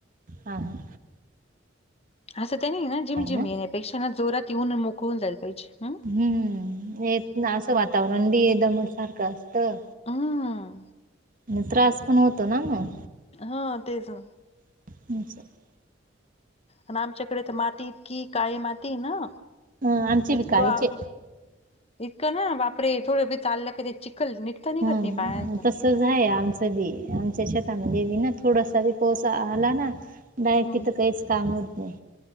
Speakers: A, on the right (about 45°); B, on the left (about 30°).
A: हां हं
B: असं त्यां नाहीं नां जिम जिम
A: ना?
B: येण्यांपेक्षा नां जोरांत येऊंन मोकळूंन जायलां पाहिजे हं.
A: हम्म, हे येतंन असं वातावरण बी दमन सारखं असतं.
B: अं, हं.
A: मग त्रास पण होतो, ना मग?
B: हा तेच.
A: <unintelligible>
B: अन् आमच्याकडे माती इतकी काळी माती आहे ना.
A: हं आमची
B: इतकं
A: बी काळीचे
B: अवघड. इतकं ना बापरे, थोडे बी चाललं कने, चिकखल निघतं निघत
A: हं
B: नाही पायाचं.
A: तसंच आहे आमचं बी, आमच्या शेतामध्ये बी ना थोडासा बी पाऊस आला ना? नाही,
B: हम्म
A: तिथं काहीचं काम होत नाही.